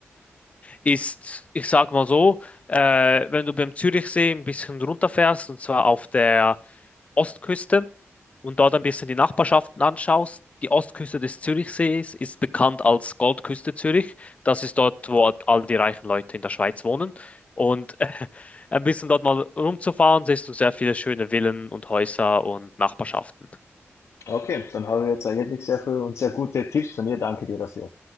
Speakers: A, on the left; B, on the left.
A: ist, ich sag mal so, äh, wenn du beim Zürichsee ein bisschen runterfährst, und zwar auf der Ostküste und dort ein bisschen die Nachbarschaften anschaust, die Ostküste des Zürichsees ist bekannt als Goldküste Zürich. Das ist dort, wo all die reichen Leute in der Schweiz wohnen. Und äh, ein bisschen dort mal rumzufahren, siehst du sehr viele schöne Villen und Häuser und Nachbarschaften.
B: Okay, dann haben wir jetzt eigentlich sehr viel und sehr gute Tipps von dir. Danke dir dafür.